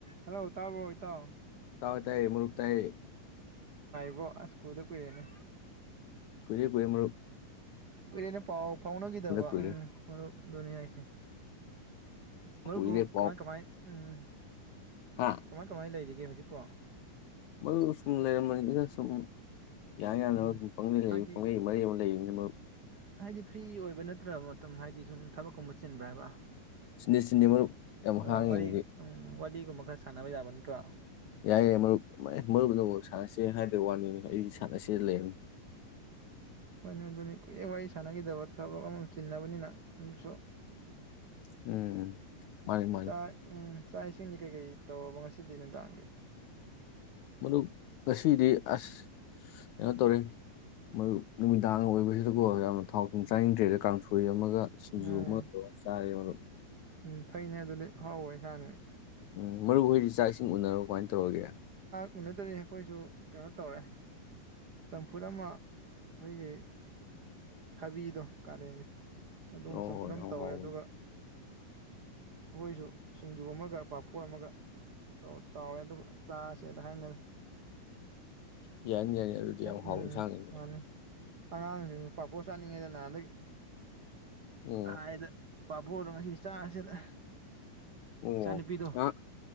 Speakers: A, on the right; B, on the left.
A: ꯍꯜꯂꫭ ꯇꯥꯕ꯭ꯔꯣ꯫ ꯀꯠꯇ
B: ꯇꯋ ꯇꯥꯏꯌꯦ ꯃꯔꯛ ꯇꯥꯏ
A: ꯑꯣꯣ ꯑꯁ ꯀꯨꯜꯗ ꯀꯨꯏꯔꯦꯅꯦ
B: ꯀ ꯄꯔꯦ ꯃ
A: ꯎꯩꯅ ꯄꯥꯎ ꯐꯥꯎꯅꯒꯗꯕ
B: ꯀꯨꯏꯔꯦ
A: ꯎꯝ ꯗꯣꯅꯤ ꯍꯥꯏꯁꯦ ꯃꯔꯨꯞꯕꯨ
B: ꯀꯨꯏꯔꯦ ꯄꯥꯎ
A: ꯀꯃꯥꯏ ꯀꯃꯥꯏ ꯎꯝ
B: ꯍꯥ
A: ꯀꯃꯥꯏ ꯀꯃꯥꯏ ꯂꯩꯔꯤ ꯍꯧꯖꯤꯛ ꯄꯣ
B: ꯃꯗꯨ ꯁꯨꯝ ꯂꯩꯔꯝꯃꯅꯤꯅ ꯁꯨꯝ ꯌꯥ ꯌꯥꯅꯕ
A: ꯎꯝ
B: ꯑꯗꯨꯝ ꯄꯪꯒꯩ ꯂꯩ
A: ꯍꯥꯏꯗꯤ
B: ꯄꯪꯒꯩ ꯃꯔꯤ ꯑꯃ ꯂꯩꯅ
A: ꯍꯥꯏꯗꯤ ꯐ꯭ꯔꯤ ꯑꯣꯏꯕ ꯅꯠꯇ꯭ꯔꯕ ꯃꯇꯝ ꯍꯥꯏꯗꯤ ꯁꯨꯝ ꯊꯕꯛ ꯀꯨꯝꯕ ꯆꯤꯟꯕ꯭ꯔꯥ ꯍꯥꯏꯕ
B: ꯁꯤꯅꯦ ꯁꯤꯅꯦ ꯃꯔꯨꯞ ꯌꯥꯝ
A: ꯑꯣ
B: ꯍꯥꯡꯉꯤꯗꯨꯗꯤ
A: ꯋꯥꯔꯤ ꯎ ꯋꯥꯔꯤꯒꯨꯝꯕ ꯈ ꯈꯔ ꯁꯥꯟꯅꯕ ꯌꯥꯕ ꯅꯠꯇꯣ
B: ꯌꯥꯏ ꯌꯥꯏ ꯃꯔꯨꯞ ꯃꯔꯨꯞꯅ ꯑꯃꯨ ꯁꯥꯟꯅꯁꯦ ꯍꯥꯏꯗꯕ ꯋꯥꯅꯤꯅꯦ ꯑꯩꯗꯤ ꯁꯥꯟꯅꯁꯦꯗ ꯂꯩꯔꯔꯕꯅꯤ
A: ꯍꯣꯏꯅꯦ ꯑꯗꯨꯅꯤ ꯀꯨꯏꯩ ꯋꯥꯔꯤ ꯁꯥꯟꯅꯈꯤꯗꯕ ꯊꯕꯛ ꯑꯃꯝ ꯆꯤꯟꯅꯕꯅꯤꯅ ꯑꯗꯨꯁꯨ
B: ꯎꯝ ꯃꯥꯅꯤ ꯃꯥꯅꯤ
A: ꯆꯥꯛ ꯎꯝ ꯆꯥꯛ ꯏꯁꯤꯡꯗꯤ ꯀꯩꯀꯩ ꯇꯧꯔꯕ ꯉꯁꯤꯗꯤ ꯅꯨꯡꯗꯥꯡꯒꯤ
B: ꯃꯗꯨ ꯉꯁꯤꯗꯤ ꯑꯁ ꯀꯩꯅꯣ ꯇꯧꯔꯦ ꯃꯗꯨ ꯅꯨꯃꯤꯗꯥꯡ ꯑꯣꯏꯕꯁꯤꯗꯀꯣ ꯌꯥꯝ ꯊꯥꯎ ꯊꯨꯝ ꯆꯥꯅꯤꯡꯗ꯭ꯔꯦꯗ ꯀꯥꯡꯊꯣꯏ ꯑꯃꯒ ꯁꯤꯡꯖꯨ
A: ꯎꯝ
B: ꯑꯃꯒ ꯇꯧꯔꯒ ꯆꯥꯔꯦ ꯃ
A: ꯎꯝ ꯐꯩꯅꯦ ꯑꯗꯨꯗꯤ ꯍꯥꯎꯋ ꯏꯁꯥꯅꯤ
B: ꯎꯝ ꯃꯔꯨ ꯍꯣꯏꯗꯤ ꯆꯥꯛꯁꯤꯡ ꯎꯅꯔꯣ ꯀꯃꯥꯏꯅ ꯠꯇꯣꯒ
A: ꯎꯅꯗ꯭ꯔꯔꯤ ꯑꯩꯈꯣꯏꯁꯨ ꯀꯩꯅꯣ ꯇꯧꯔꯦ ꯆꯝꯐꯨꯠ ꯑꯃ ꯑꯩꯈꯣꯏꯒꯤ ꯊꯕꯤꯗꯣ ꯀꯥꯂꯦꯟꯒꯤ ꯑꯗꯨꯝ
B: ꯑꯣ
A: ꯆꯝꯐꯠꯂꯝ
B: ꯍꯣꯏ ꯌꯥꯝ
A: ꯇꯧꯔꯦ
B: ꯍꯥꯎꯕꯅꯤ
A: ꯑꯗꯨꯒ ꯑꯩꯈꯣꯏꯁꯨ ꯁꯤꯡꯖꯨ ꯑꯃꯒ ꯄꯥꯄꯣ ꯑꯃꯒ ꯇꯥꯎꯔꯦ ꯆꯥꯁꯦꯗ ꯍꯥꯏꯅꯅ
B: ꯌꯥꯅꯤ ꯌꯥꯅꯤ ꯑꯗꯨꯗꯤ ꯌꯥꯝ
A: ꯎꯝ
B: ꯍꯥꯎꯋꯤ ꯁꯥꯡꯉꯅꯦ
A: ꯃꯥꯅꯤ ꯑꯉꯥꯡꯁꯤꯡ ꯄꯥꯄꯣꯠ ꯆꯥꯅꯤꯡꯉꯤꯗꯅ ꯍꯟꯗꯛ
B: ꯎꯝ
A: ꯍꯗ ꯄꯥꯕꯣꯗꯣ ꯉꯁꯤ ꯆꯥꯁꯤꯗ
B: ꯑꯣ
A: ꯏꯅꯨꯄꯤꯗꯣ
B: ꯑꯉꯥꯡ